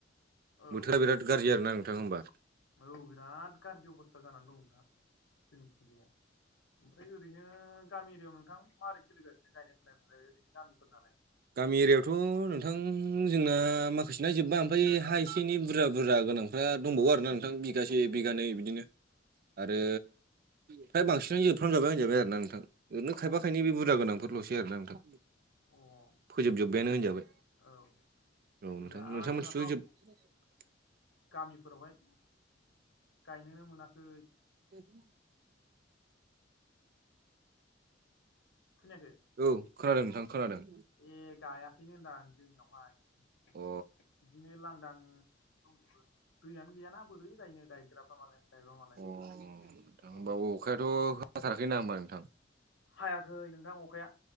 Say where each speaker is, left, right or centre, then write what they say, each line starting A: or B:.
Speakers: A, on the left; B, on the right.
A: औ
B: बोथोरा बिराद गाज्रि आरोना नोंथां होनबा
A: औ बिराद गाज्रि अबस्था जानानै दं नोंथां जोंनिथिगाया ओमफ्राय ओरै ओरैनो गामि एरियायाव नोंथां माबोरै सोलिगासिनो गायनाय फुनायफ्रालाय ओरैनो गामिफोर नालाय?
B: गामि एरियायावथ' नोंथां जोंना माखासे ना जोब्बाय ओमफ्राय हा एसे एनै बुरजा बुरजा गोनां फ्रा दंबावो आरोना नोंथां बिगासे बिगानै बिदिनो आरो
A: अ
B: फ्राय बांसिनै जोबफ्रामजोबाय होनजाबाय आरोना नोंथां ओरैनो
A: अ
B: खायफा खायनै बे बुरजा गोनांफोरल'सै आरोना नोंथां।
A: अ
B: फोजोबजोब्बायानो होनजाबाय।
A: औ
B: औ
A: गैया
B: नोंथां नोंथां
A: जोंनाथ'
B: मोनथिथ' जोब <inaudible>
A: गामिफोरावहाय गायनोनो मोनाखै
B: जदि
A: खोनायाखै
B: औ खोनादों नोंथां खोनादों
A: ए गायाखैनो होनदां आं जोंनियावहाय बिदिनो
B: अ
A: लांदां नो दंजोबो दैयानो गैयाना बोरै गायनो गायग्राफ्रा मालाय गायब मालाय
B: अ
A: औ
B: नोंथां होमबा अखायाथ' होथाराखै नङा होनबा नोंथां
A: हायाखै नोंथां अखाया।